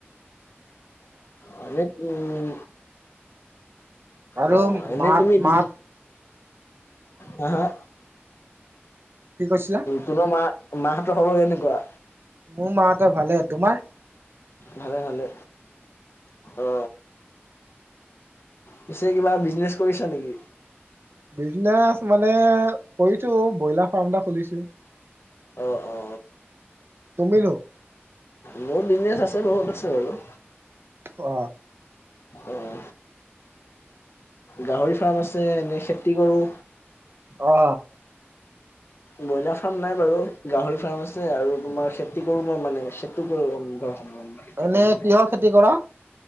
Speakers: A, on the left; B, on the right.
A: মানে উম
B: আৰু
A: অ এনেই
B: মাত
A: তুমি দি
B: মাত
A: হা হা
B: কি কৈছিলা?
A: জুনৰ মাহ, মাহতৰ খবৰ কেনেকুৱা?
B: মোৰ মাহতৰ ভালে, তোমাৰ?
A: ভালে ভালে অ। পিছে কিবা বিজনেচ কৰিছা নেকি?
B: বিজনেচ মানে কৰিছো ব্ৰইলাৰ ফাৰ্ম এটা খুলিছো।
A: অ অ
B: তুমিনো?
A: মোৰো বিজনেচ আছে বহুত আছে বাৰু।
B: অ।
A: অ অ গাহৰি ফাৰ্ম আছে এনেই খেতি কৰোঁ।
B: অ।
A: ব্ৰইলাৰ ফাৰ্ম নাই বাৰু, গাহৰি ফাৰ্ম আছে আৰু তোমাৰ খে খেতি কৰো মই মানে, সেইটো কৰো
B: এনে কিহৰ
A: <inaudible>
B: খেতি কৰা?